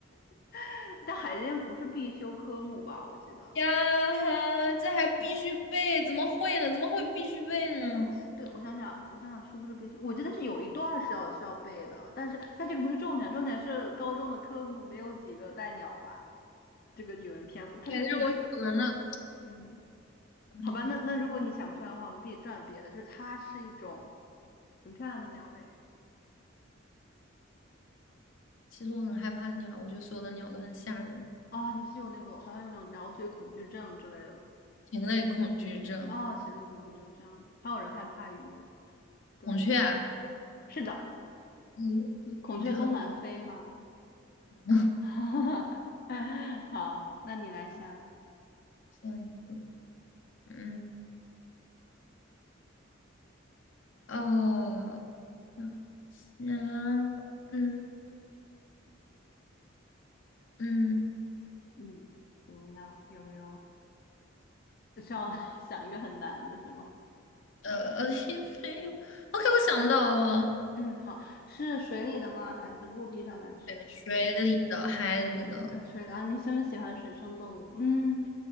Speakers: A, on the left (about 50°); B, on the left (about 75°).
A: <laughs> 但海淀不是必修科目吧？我记得
B: 呀哈，这还必须背，怎么会呢？怎么会必须背呢？
A: 不对，我想想，我想想是不是必须？我记得是有一段儿是要是要背的，但是但这个不是重点，重点是高中的科目没有几个带鸟吧？这个语文篇目，它是必须，
B: 对，但是我语文的，
A: 嗯，
B: 哎呀，
A: 好吧，那那如果你想不出来的话，我们可以转别的，就是它是一种很漂亮的鸟类
B: 其实我很害怕鸟，我觉得所有的鸟都很吓人，
A: 啊，你是有那个好像有那种鸟嘴恐惧症之类的
B: 禽类恐惧症，
A: 啊，禽类恐惧症这样的，还有人害怕鱼，对，
B: 孔雀啊，
A: 是的，
B: 嗯，
A: 孔雀东南飞吗？
B: 孔雀好像
A: <laughs> 好，那你来想，
B: 像一个，嗯，哦，想一下，嗯嗯，
A: 嗯，怎么样？有没有需要 <laughs> 想一个很难的是吗？
B: 呃，<laughs> 也没有，OK，我想到了。
A: 嗯，好，是水里的吗？还是陆地上的？还是？
B: 水里的、海里的，
A: 水呃水啊，你是不是喜欢水生动物？嗯，